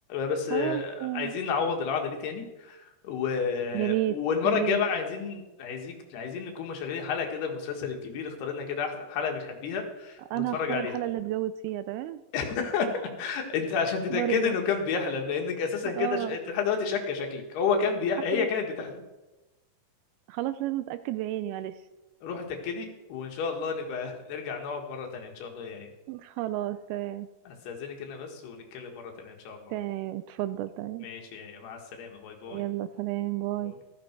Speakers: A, on the left; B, on the right.
A: بس
B: خلاص
A: آه،
B: مم.
A: عايزين نعوض القعده دي تاني و...
B: يا ريت
A: والمره
B: يا ريت
A: الجايه بقى عايزين عايزيك عايزين نكون مشغلين حلقه كده المسلسل الكبير اخترنا كده احسن حلقه بتحبيها ونتفرج
B: انا هختار
A: عليها
B: الحلقه اللي اتجوز فيها تمام
A: <laughs> انت عشان تتاكد
B: برضه
A: انه كان بيحلم لانك اساسا
B: اه
A: كده ش... انت لحد دلوقتي شاكه شكلك هو كان بيح...
B: حتى
A: هي كانت بتحلم
B: خلاص لازم اتاكد بعيني معلش
A: روحي اتاكدي وان شاء الله نبقى <laughs> نرجع نقعد مره تانيه ان شاء الله يا ايه
B: خلاص تمام
A: استاذنك انا بس ونتكلم مره تانيه ان شاء الله
B: تمام اتفضل تمام
A: ماشي يا مع السلامة باي باي
B: يلا سلام باي
A: باي.